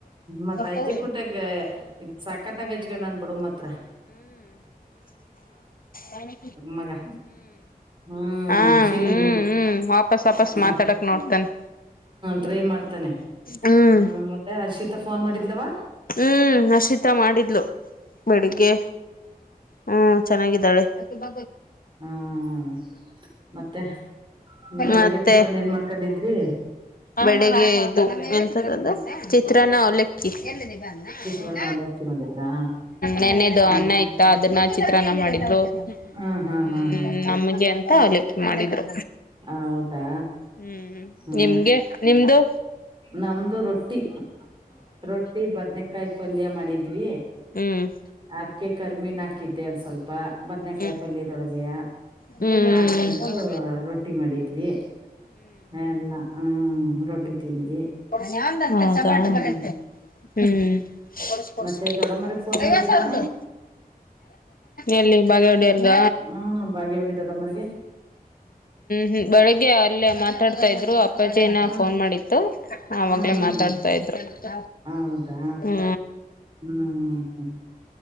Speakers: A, on the right; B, on the left.
A: ಮತ್ ಅಜ್ಜಿ
B: ಹೂ.
A: ಕುಟ್ಟಾಗ ಸಖತ್ತಾಗ ಹಚ್ಕೊಂಡ್ ನನ್ ಬಿಡು ಮಾತ್ರ
B: ಹ್ಮ್
A: ಮಗಾ ಹ್ಹ್
B: ಹ
A: ಶಿಲ್ಲ
B: ಹ್ಮ್ ಹ್ಮ್ ವಾಪಸ್ ವಾಪಸ್
A: ಹ್ಮ
B: ಮಾತಾಡಕ್ ನೋಡ್ತಾನೆ
A: ಟ್ರೈ ಮಾಡ್ತಾನೆ
B: ಹ್ಮ್
A: ಹ್ಮ ಮತ್ತೆ ಹರ್ಷಿತ ಫೋನ್ ಮಾಡಿದ್ಲವಾ
B: ಹ್ಮ್ ಹರ್ಷಿತಾ ಮಾಡಿದ್ಲು ಬೆಳಿಗ್ಗೆ ಹ್ಮ ಚೆನ್ನಾಗಿದ್ದಾಳೆ ಹ್ಮ
A: ಹ್ಮ್ ಮತ್ತೆ ಬೆಳಗ್ಗೆ
B: ಮತ್ತೆ
A: ಟಿಫನ್ ಏನ್ ಮಾಡ್ಕೊಂಡಿದ್ರಿ
B: ಬೆಳಿಗ್ಗೆ ಇದು ಎ ಚಿತ್ರ ನ ಅವಲೆಕ್ಕಿ ಹ್ಮ್
A: ಚಿತ್ರಾನ್ನ ಅವಲಕ್ಕಿ ಮಾಡಿದ್ರಾ
B: ನೆನ್ನೆದು
A: ಹ
B: ಅನ್ನ ಇತ್ತ ಅದನ್ನ ಚಿತ್ರಾನ್ನ ಮಾಡಿದ್ರು ಹ್ಮ್
A: ಹಾ ಹಾ ಹಾ ಹಾ
B: ನಮ್ಗೆ ಅಂತ ಅವಲೆಕ್ಕಿ ಮಾಡಿದ್ರು
A: ಹೌದಾ
B: ಹ್ಮ್
A: ಹ್ಮ
B: ನಿಮ್ಗೆ ನಿಮ್ದು
A: ನಮ್ದು ರೊಟ್ಟಿ ರೊಟ್ಟಿ ಬದ್ನೇಕಾಯಿ ಪಲ್ಯ ಮಾಡಿದ್ವಿ
B: ಹ್ಮ್
A: ಅದಕ ಕರ್ಮಿನಾಕಿದ್ದೆ ಒಂದ ಸ್ವಲ್ಪ ಬದ್ನೆೇಕಾಯಿ
B: ಹ್ಮ್
A: ಪಲ್ಯದೊಳಗೆಯ
B: ಹ್ಮ್
A: ಹಾಕೊಂಡು
B: ಹ್ಮ್
A: ರೊಟ್ಟಿ ಮಾಡಿದ್ವಿ ಎಲ್ಲ ಹ್ಮ್ ರೊಟ್ಟಿ ತಿಂದ್ವಿ
B: ನ್ಞನ್ ನ ಮಾಡ್ಣ
A: ಹ್ಮ್
B: ಕ ಹ್ಮ್ ಕೊಸ ಕೊಸ
A: ಮತ್ತೆ ದೊಡ್ಡಮ್ಮಗ್ ಫೋನ್ ಮಾಡಿದ್ದೇನವ
B: ಸಾರ ಎಲ್ಲಿ ಬಾಗೇಹಡೆಯರ್ಗ
A: ಹ್ಮ್ ಬಾಗೇವಾಡಿ ದೊಡ್ಡಮ್ಮರಿಗೆ
B: ಹ್ಮ್ ಬೆಳಿಗ್ಗೆ ಅಲ್ಲೇ ಮಾತಾಡ್ತಾ ಇದ್ರು ಅ ಅಪ್ಪಾಜನ
A: ಹ
B: ಫೋನ್ ಮಾಡಿತ್ತು ಆವಾಗಲೇ
A: ಹಾ ಹಾ
B: ಮಾತಾಡ್ತಾ
A: ಹಾ
B: ಇದ್ರು ಕ
A: ಹೌದಾ
B: ಹ್ಮ್
A: ಹ್ಮ್ ಹ್ಮ್ ಹ್ಮ್